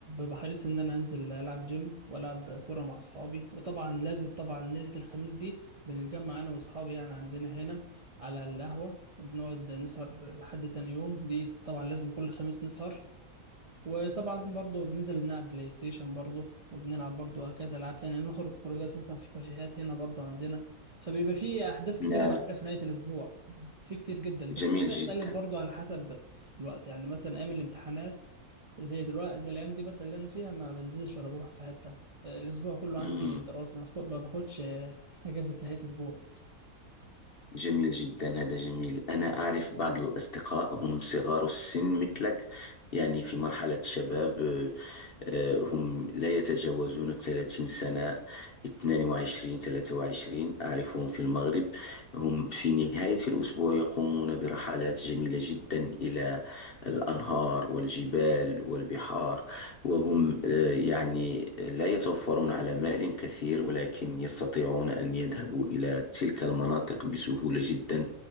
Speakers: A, on the right (about 45°); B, on the left (about 50°).
A: بحريص إن أنا أنزل ألعب جيم وألعب كورة مع أصحابي وطبعا لازم طبعا ليلة الخميس دي بنتجمع أنا وأصحابي يعني عندنا هنا على القهوة وبنقعد نسهر لحد تاني يوم دي طبعا لازم كل خميس نسهر وطبعا برضه بننزل نلعب بلاي ستيشن برضه وبنلعب برضه كذا العاب تانية نخرج خروجات مثلا في كافيهات هنا برضه عندنا فبيبقى في احداث كتيره
B: لا
A: بعملها في نهايه الاسبوع في كتير جدا
B: جميل
A: بس ده بيختلف
B: جدا
A: برضه على حسب الوقت يعني مثلا ايام الامتحانات زي دلوقتي زي الايام دي بس اللي انا فيها ما بنزلش ولا بروح في حته آه، الاسبوع كله
B: مم.
A: عندي دراسه ما باخد- ما باخدش آه، <laughs> اجازه نهايه اسبوع
B: جميل جدا هذا جميل أنا أعرف بعض الأصدقاء هم صغار السن مثلك يعني في مرحلة الشباب آه، هم لا يتجاوزون 30 سنة 22 23 أعرفهم في المغرب هم في نهاية الأسبوع يقومون برحلات جميلة جدا إلى الأنهار والجبال والبحار وهم آه، يعني لا يتوفرون على مال كثير ولكن يستطيعون أن يذهبوا إلى تلك المناطق بسهولة جدا